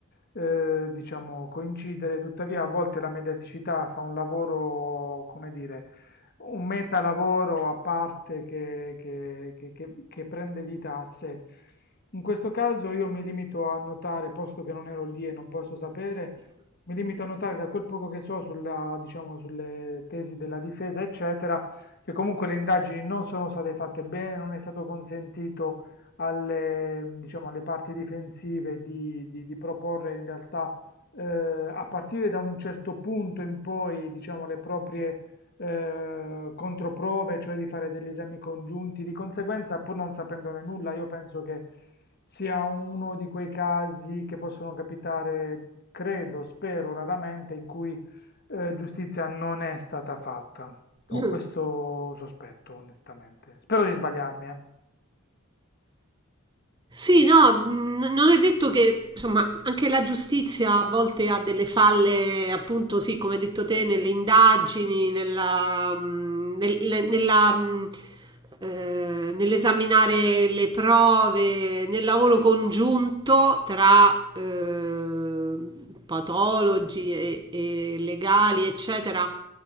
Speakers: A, on the left (about 50°); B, on the right (about 20°).
A: eh, diciamo, coincidere, tuttavia a volte la mediaticità fa un lavoro, come dire, un metalavoro a parte che, che- che- che- che prende vita a sé. In questo caso io mi limito a notare, posto che non ero lì e non posso sapere, mi limito a notare da quel poco che so sulla, diciamo, sulle tesi della difesa, eccetera, che comunque le indagini non sono state fatte bene, non è stato consentito alle, diciamo, alle parti difensive di, di- di proporre in realtà eh, a partire da un certo punto in poi, diciamo, le proprie eh, controprove, cioè di fare degli esami congiunti. Di conseguenza, pur non sapendone nulla, io penso che sia uno di quei casi che possono capitare, credo, spero, raramente, in cui eh, giustizia non è stata fatta. Ho
B: Mm.
A: questo sospetto, onestamente. Spero di sbagliarmi, eh.
B: Sì, no, n- non è detto che, insomma, anche la giustizia a volte ha delle falle, appunto, sì, come hai detto te, nelle indagini, nella, mm, nel- le- nella, mm, eh, nell'esaminare le prove, nel lavoro congiunto tra eh, patologi e, e legali, eccetera.